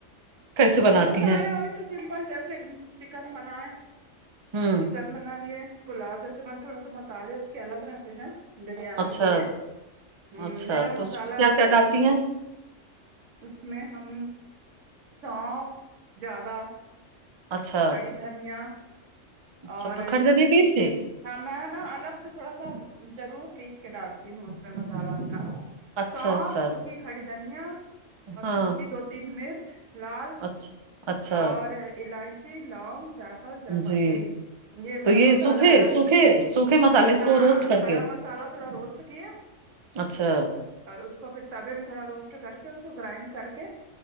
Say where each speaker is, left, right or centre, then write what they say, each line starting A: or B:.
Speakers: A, on the right; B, on the right.
A: کیسے بناتی
B: مسالے
A: ہیں
B: والے تو سمپل جیسے چکن بنائے
A: ہمم
B: چن بنا لیے پلاؤ جیسے بن تھوڑا سا مسالے اس کے الگ رہتے ہیں بریانی
A: اچھا
B: کے ہمم
A: اچھا
B: میرا
A: تو
B: مسالہ
A: اس میں کیا
B: الگ
A: کیا ڈالتی
B: رہتا ہے
A: ہیں
B: اس میں ہم سونف زیادہ
A: اچھا
B: کھڑی دھنیا
A: اچھا
B: اور
A: خریدنی پیس کے
B: ہاں میں نا الگ سے تھوڑا سا ضرور پیس کے ڈالتی ہوں اس میں مسالہ اپنا
A: اچھا
B: سونف
A: اچھا
B: سوکی کھڑی دھنیا اور
A: ہاں
B: سوکی دو تین مرچ لال
A: اچھا اچھا
B: اور الائچی لونگ جائفل جائے پت
A: جی
B: تری یہ
A: تو
B: میرا مسالا
A: سوکھے
B: الگ
A: سوکھے سوکھے مسالے اس
B: ہاں
A: کو روسٹ کر
B: کڑا
A: کے
B: مسالا تھوڑا روس چکےیا
A: اچھا
B: اور اس کو پھر توا میں تھوڑا روسٹ کر کے اس کو گرائنڈ کر کے